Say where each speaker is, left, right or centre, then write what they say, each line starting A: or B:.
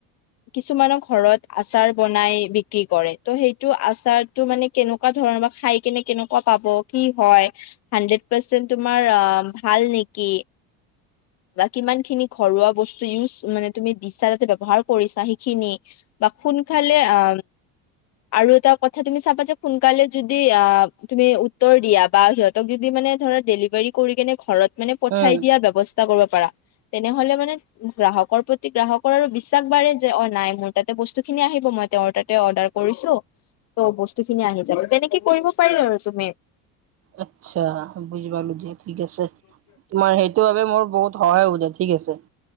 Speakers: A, on the left (about 45°); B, on the right (about 40°).
A: কিছুমানক ঘৰত আচাৰ বনাই বিক্ৰী কৰে ত' সেইটো আচাৰ তো মানে কেনেকুৱা ধৰণৰ বা খাই কেনে কেনেকুৱা পাব কি হয় হাড্ৰেড পাৰ্চেন্ট তোমাৰ অ ভাল নেকি? বা কিমান খিনি ঘৰুৱা বস্তু ইউজ মানে তুমি দিছা তাতে ব্যৱহাৰ কৰিছা সেইখিনি বা কোন ফালে আ আৰু এটা কথা তুমি চাবা যে সোনকালে যদি আ তুমি উত্তৰ দিয়া বা সিহঁত যদি মানে ধৰা ডেলিভাৰী কৰি কেনে ঘৰত মানে পঠাই
B: উম
A: দিয়াৰ ব্যৱস্থা কৰিব পাৰা তেনেহ'লে মানে গ্ৰাহকৰ প্ৰতি গ্ৰাহকৰ আৰু বিশ্বাস বাঢ়ে যে অ নাই মোৰ তাতে বস্তু খিনি আহিব মই তেওঁৰ তাতে অৰ্ডাৰ কৰিছো ত' বস্তু খিনি আহি যাব, তেনেকে কৰিব পাৰি আৰু তুমি।
B: আচ্ছা বুজি পালো দিয়া ঠিক আছে, তোমাৰ হেই সেইটো বাবে মোৰ বহুত সহায় <unintelligible> ঠিক আছে।